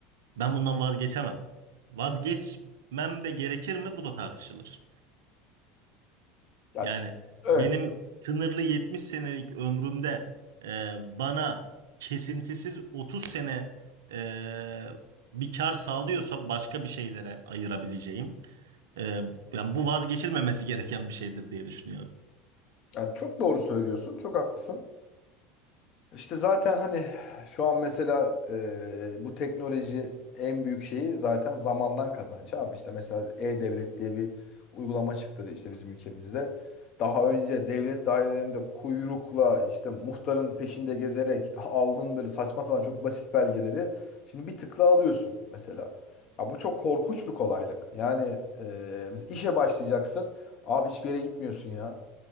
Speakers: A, on the right; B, on the left.
A: ben bundan vazgeçemem. Vazgeçmem de gerekir mi? Bu da tartışılır.
B: Yani,
A: Yani
B: evet
A: benim sınırlı 70 senelik ömrümde e, bana kesintisiz 30 sene e, bir kar sağlıyorsa başka bir şeylere ayırabileceğim. E, yani bu vazgeçilmemesi gereken bir şeydir diye düşünüyorum.
B: yani çok doğru söylüyorsun çok haklısın. İşte zaten hani şu an mesela e, bu teknoloji en büyük şeyi zaten zamandan kazanç abi. İşte mesela E-Devlet diye bir uygulama çıktı işte bizim ülkemizde. Daha önce devlet dairelerinde kuyrukla işte muhtarın peşinde gezerek aldığın böyle saçma sapan çok basit belgeleri şimdi bir tıkla alıyorsun mesela. Ya bu çok korkunç bir kolaylık. Yani e, mesela işe başlayacaksın. Abi hiçbir yere gitmiyorsun ya.